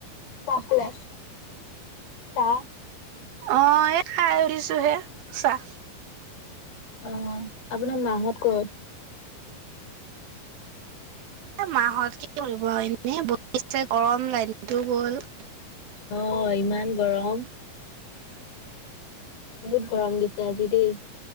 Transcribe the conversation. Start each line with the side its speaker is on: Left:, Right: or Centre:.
Left: চাপ্লাই চা
Right: অ' এই খাই উঠিছো হে চাহ।
Left: অ' আপোনাৰ মাহত কত? <unintelligible>
Right: মাহত কি কৰিব এনে বি গৰম লাইনটো গ'ল
Left: অ' ইমান গৰম বহুত গৰম দিছে আজি দেই